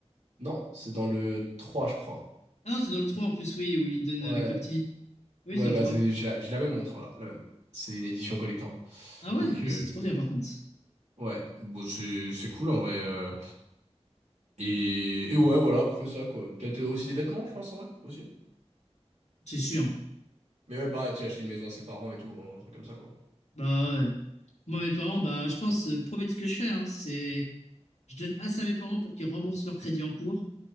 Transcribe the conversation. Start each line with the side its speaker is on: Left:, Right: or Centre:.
Right: Non, c'est dans le 3, je crois.
Left: Ah non, c'est dans le trois en plus, oui, où il donne
Right: Ouais,
Left: avec le petit. Oui,
Right: ouais,
Left: c'est dans
Right: bah
Left: le 3.
Right: c'est- j'ai la, j'ai la même montre là, la même. C'est une édition collector.
Left: Ah ouais,
Right: Donc
Left: mais
Right: euh,
Left: c'est trop bien par contre.
Right: ouais, bon c'est c'est cool en vrai. euh. Et, et ouais, voilà, après ça quoi. Peut-être aussi des vêtements, je pense en vrai aussi.
Left: C'est sûr.
Right: Mais ouais, bah tu sais, acheter une maison à ses parents et tout, hein, un truc comme ça quoi.
Left: Bah ouais. Moi, mes parents, bah je pense, euh, premier truc que je fais, hein, c'est. Je donne assez à mes parents pour qu'ils remboursent leur crédit en cours.